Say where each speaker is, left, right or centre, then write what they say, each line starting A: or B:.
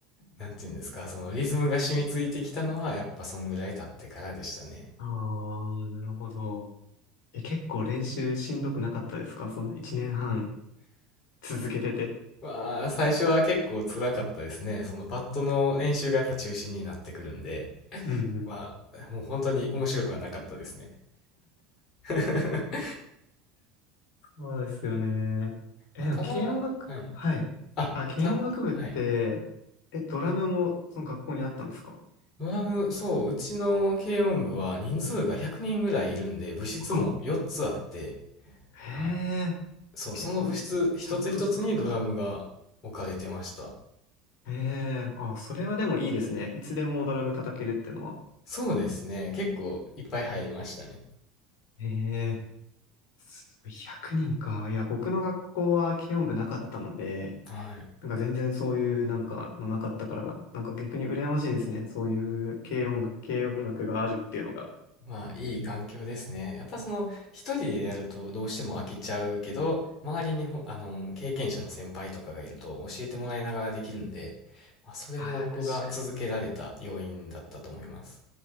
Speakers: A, on the left (about 40°); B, on the left (about 55°).
A: なんていうんですか、そのリズムが染みついてきたのはやっぱそんぐらい経ってからでしたね。
B: ああ、なるほど。え、結構練習しんどくなかったですかその1年半続けてて。
A: わあ、最初は結構辛かったですね。そのパッドの練習がやっぱ中心になってくるんで、
B: うんうん。
A: まあ、もう本当に面白くはなかったですね。<laughs>
B: そうですよね。え、
A: まあ、
B: でも軽音楽部、
A: ただ、はい。
B: はい。
A: あ、
B: あ、軽音楽部って、
A: た、はい。
B: え、ドラムもその学校にあったんですか
A: ドラム、そう、うちの軽音部は人数が100人ぐらいいるんで、部室も4つあって、
B: あ、へえ、
A: はいそう、
B: 結構ちゃんとしたところだ。
A: その部室一つ一つにドラムが置かれてました。
B: へえ、あ、それはでもいいですね。いつでもドラム叩けるってのは。
A: そうですね、結構いっぱい入りましたね。
B: へえ、すごい100人か。いや、僕の学校は軽音部なかったので、
A: はい。
B: なんか全然そういうなんかのなかったから、なんか逆に羨ましいですね。そういう軽音楽、軽音楽があるっていうのが。
A: まあ、いい環境ですね。やっぱその、一人でやるとどうしても飽きちゃうけど、周りにほ、あの、経験者の先輩とかがいると教えてもらいながらできるんで、まあ、それも僕が続けられた要因だったと思います。
B: ああ、確かに。